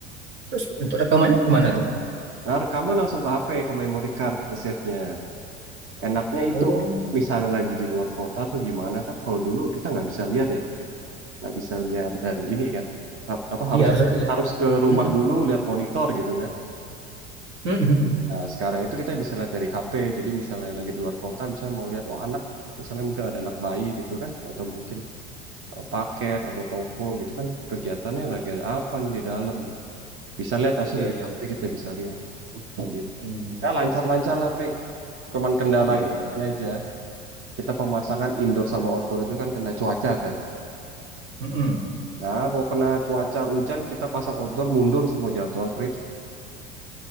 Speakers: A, on the right (about 60°); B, on the right (about 35°).
A: Terus untuk rekamannya kemana tuh?
B: nah rekaman langsung ke HP ke memory card ke save-nya enaknya itu
A: Oh,
B: misalnya lagi di luar kota atau gimana kan kalau dulu kita nggak bisa lihat ya nggak bisa lihat dari ini kan Ha- apa harus
A: iya harus.
B: harus ke rumah
A: Mm,
B: dulu lihat monitor gitu kan
A: mm, mm.
B: Nah, sekarang itu kita bisa lihat dari HP. Jadi misalnya lagi di luar kota, misalnya mau lihat, oh anak, misalnya mungkin ada anak bayi gitu kan, atau mungkin eh, paket atau toko gitu kan, kegiatannya lagi ada apa nih di dalam. Bisa lihat langsung
A: Iya,
B: dari
A: iya.
B: HP kita bisa lihat. Gitu.
A: Mm,
B: Ya lancar-lancar lah, Pri. Cuman kendalanya
A: Iya, iya, iya.
B: ini aja, kita pemasangan indoor sama outdoor itu kan kena cuaca kan.
A: Mm-mm.
B: Nah, kalau kena cuaca hujan, kita pasang outdoor mundur semua jadwal, Pri.